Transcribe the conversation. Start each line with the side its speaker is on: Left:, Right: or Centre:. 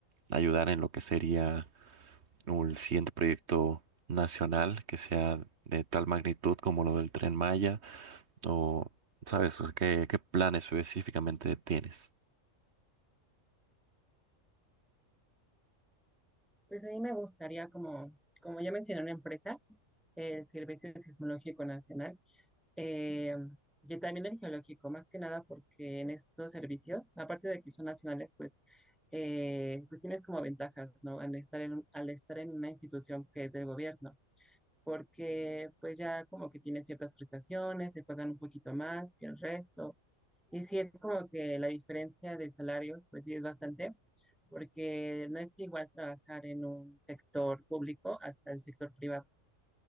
Right: ayudar en lo que sería un siguiente proyecto nacional que sea de tal magnitud como lo del Tren Maya. O, ¿sabes? O ¿Qué, qué plan específicamente tienes
Centre: Pues a mí me gustaría, como, como ya mencioné, una empresa, el Servicio Sismológico Nacional, eh, y también el geológico, más que nada porque en estos servicios, aparte de que son nacionales, pues eh, pues tienes como ventajas, ¿no? Al estar en, al estar en una institución que es del gobierno. porque pues ya como que tiene ciertas prestaciones, te pagan un poquito más que el resto. Y sí es como que la diferencia de salarios, pues sí es bastante, porque no es igual trabajar en un sector público hasta el sector privado